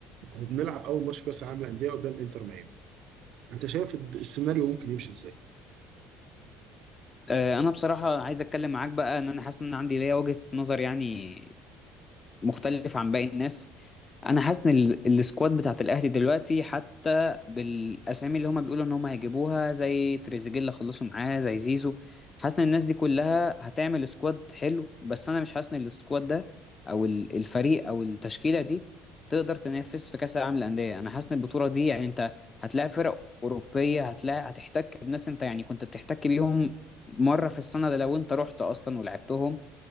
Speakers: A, on the right (about 65°); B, on the left (about 30°).
A: وبنلعب اول ماتش كاس العالم للانديه قدام انتر ميامي انت شايف السيناريو ممكن يمشي ازاي
B: آه، انا بصراحه عايز اتكلم معاك بقى ان انا حاسس ان أنا عندي ليا وجهه نظر يعني مختلف عن باقي الناس انا حاسس ان ال- السكواد بتاعت الاهلي دلوقتي حتى بالاسامي اللي هما بيقولوا ان هما هيجيبوها زي تريزيجيه خلصوا معاه زي زيزو حاسس ان الناس دي كلها هتعمل سكواد حلو بس انا مش حاسس ان السكواد ده او ال- الفريق او التشكيله دي تقدر تنافس في كاس العالم للانديه انا حاسس ان البطوله دي يعني انت هتلاعب فرق اوروبيه هتلاعب هتحتك بناس انت يعني كنت بتحتك بيهم مره في السنه ده لو انت رحت اصلا ولعبتهم